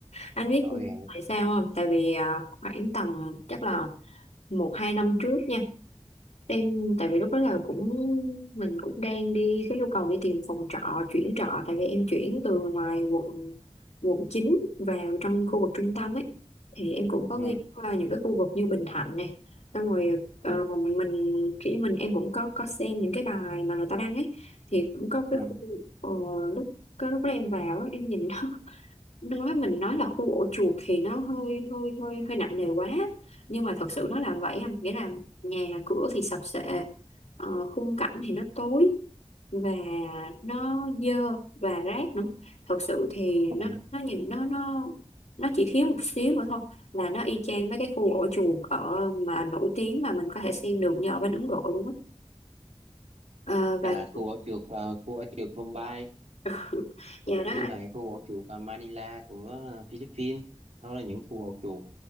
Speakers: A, on the left; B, on the right.
A: Anh biết
B: rõ ràng
A: tại sao không? Tại vì à, khoảng tầm chắc là một hai năm trước nha em tại vì lúc đó là cũng mình cũng đang đi có nhu cầu đi tìm phòng trọ chuyển trọ tại vì em chuyển từ ngoài quận quận 9 vào trong khu vực trung tâm ấy thì em cũng có
B: ừ,
A: nghe qua những cái khu vực như Bình Thạnh này xong rồi ờ,
B: ừ,
A: mình kiểu như mình em cũng có có xem những cái bài mà người ta đăng ấy thì cũng có cái
B: ừ,
A: khu ờ, lúc cái lúc đó em vào ấy, em nhìn đó nói mình nói là khu ổ chuột thì nó hơi hơi hơi hơi nặng nề quá nhưng mà thật sự nó là vậy anh nghĩa là nhà cửa thì sập sệ ờ, khung cảnh thì nó tối và nó dơ và rác nữa thật sự thì
B: ừ.
A: nó nó nhìn nó nó nó chỉ thiếu một xíu nữa thôi là nó y chang mấy cái khu ổ chuột ở mà nổi tiếng mà mình có thể xem được như ở bên Ấn Độ luôn á Ờ, và
B: à khu ổ chuột ờ, khu ổ chuột Mumbai
A: <laughs> nhà đó
B: với
A: anh
B: lại khu ổ chuột ờ, Manila của ờ, Philippines nó là những khu ổ chuột